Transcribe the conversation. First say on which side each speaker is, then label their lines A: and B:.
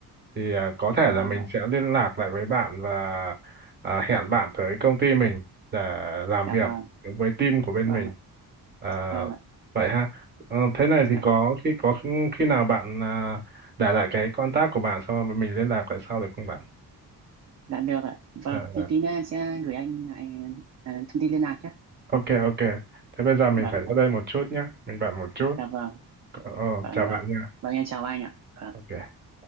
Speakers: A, on the right (about 25°); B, on the right (about 40°).
A: thì à, có thể
B: vâng
A: là mình
B: ạ
A: sẽ liên lạc lại với bạn và à, hẹn bạn tới công ty mình để làm
B: dạ
A: việc
B: vâng
A: với team của bên
B: vâng
A: mình
B: ạ,
A: À,
B: vâng ạ
A: vậy ha Ờ, thế này thì
B: dạ
A: có
B: vâng
A: khi có khi nào bạn à, để lại cái contact của bạn xong rồi mình liên lạc lại sau được không bạn?
B: dạ được ạ vâng
A: Dạ. dạ.
B: thì tí nữa em sẽ gửi anh lại à, thông tin liên lạc nhé
A: ok ok thế bây giờ mình
B: vâng
A: phải ra
B: vâng
A: đây một chút nhé mình bạn một chút
B: dạ vâng
A: ờ ờ,
B: vâng
A: chào
B: vâng
A: bạn nha
B: vâng em chào anh ạ Vâng.
A: ok